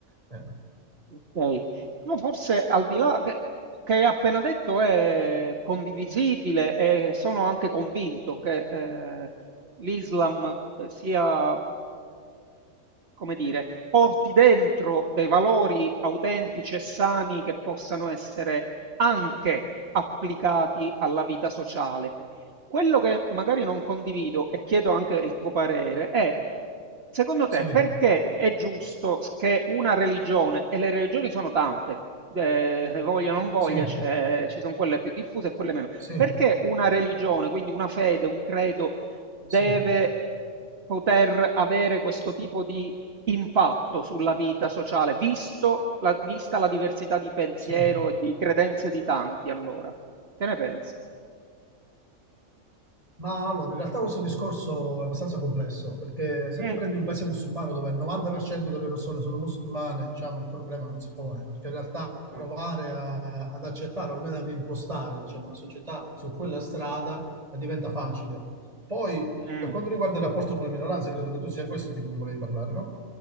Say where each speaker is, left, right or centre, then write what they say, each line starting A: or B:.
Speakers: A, on the right; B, on the right.
A: Eh,
B: Okay. Però forse al di là che che hai appena detto è condivisibile e sono anche convinto che, ehm, l'Islam, ehm, sia come dire, porti dentro dei valori autentici e sani che possano essere anche applicati alla vita sociale. Quello che magari non condivido e chiedo anche il tuo parere è, secondo te,
A: sì,
B: perché è giusto s- che una religione, e le religioni sono tante, eh, voglia o non voglia,
A: sì,
B: c'è- ci sono quelle più diffuse e quelle meno,
A: sì,
B: perché una religione, quindi una fede, un credo, deve
A: sì,
B: poter avere questo tipo di impatto sulla vita sociale, visto la- vista la diversità di pensiero
A: sì.
B: e di credenze di tanti, allora? Che ne pensi?
A: Ma allora, in realtà questo discorso è abbastanza complesso, perché se
B: Mm.
A: tu prendi un paese musulmano dove il 90% delle persone sono musulmane, diciamo, il problema non si pone, perché in realtà provare
B: Mm.
A: a- ad accettare, o almeno ad impostare, diciamo, una società su quella strada eh, diventa facile. Poi,
B: Mh.
A: per quanto riguarda il rapporto con le minoranze, credo che tu sia questo di cui volevi parlare, no?